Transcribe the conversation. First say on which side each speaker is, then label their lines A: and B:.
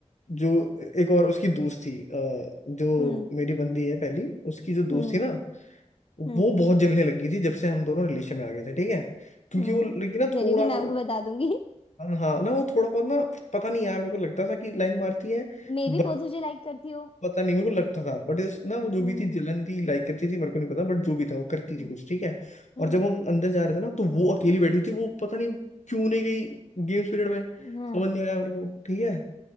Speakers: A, on the left; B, on the left.
A: जो एक और उसकी दोस्त थी अ, जो
B: हम्म
A: मेरी बंदी है पहली उसकी जो
B: हम्म
A: दोस्त थी ना वो
B: हम्म
A: बहुत जलने लगी थी जब से हम दोनों रिलेशन में आ गए थे ठीक है क्योंकि
B: हम्म
A: वो
B: तो
A: लेकिन ना
B: कह
A: थोड़ा
B: रही हूँ कि
A: वो
B: मैम को बता दूंगी
A: हाँ ना वो थोड़ा बहुत ना पता नहीं यार मेरे को लगता था कि लाइन मारती है
B: मे
A: बट
B: बी वो तुझे लाइक करती हो
A: पता नहीं मेरे को लगता था बट ना वो जो
B: हम्म
A: भी थी जलन थी लाइक करती थी मेरे को नहीं पता बट जो भी था वो करती
B: हम्म
A: थी कुछ ठीक है
B: हम्म,
A: और जब हम अंदर जा रहे थे ना तो वो अकेली बैठी थी वो पता नहीं क्यों नहीं गई गेम्स पीरियड में
B: हाँ
A: समझ नहीं आया मेरे को ठीक है